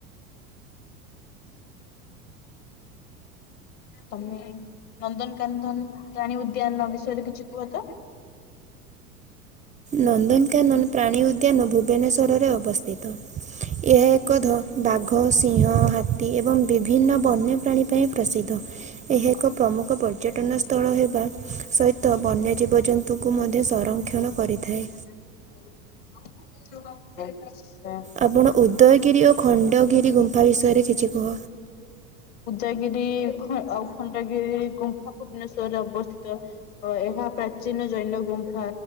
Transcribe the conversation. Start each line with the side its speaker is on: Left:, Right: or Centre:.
Left: <inaudible> ତମେ ନନ୍ଦନକାନ୍ଦନ୍ ପ୍ରାଣୀ ଉଦ୍ୟାନ ବିଷୟରେ କିଛି କୁହ ତ।
Right: ନନ୍ଦନକାନନ୍ ପ୍ରାଣୀ ଉଦ୍ୟାନ କୁ। ଭୁବନେସ୍ୱରରେ ଅବସ୍ଥିତ ଏହା ଏକ ଧ ବାଘ, ସିଂହ, ହା ଏବଂ ବିଭିନ୍ନ ବନ୍ୟପ୍ରାଣୀ ପାଇଁ ପ୍ରସିଦ୍ଧ। ଏହା ଏକ ପ୍ରମୁଖ ପର୍ଯ୍ୟଟନ ସ୍ଥଳ ହେବା ସହିତ ବନ୍ୟ ଜୀବଜନ୍ତୁ। ଙ୍କୁ ମଧ୍ୟ ସଂରକ୍ଷଣ କରିଥାଏ।
Left: ହ <unintelligible> <inaudible>
Right: ଆପଣ ଉଦୟଗିରି ଓ ଖଣ୍ଡଗିରି ଗୁମ୍ଫା ବିଷୟରେ କିଛି କୁହ।
Left: ଉଦୟଗିରି ଆଉ ଖଣ୍ଡଗିରି ଗୁମ୍ଫା ଭୁବନେଶ୍ଵରରେ ଅବସ୍ଥିତ। ଅ ଏହା ପ୍ରାଚୀନ ଜୈନ ଗୁମ୍ଫା।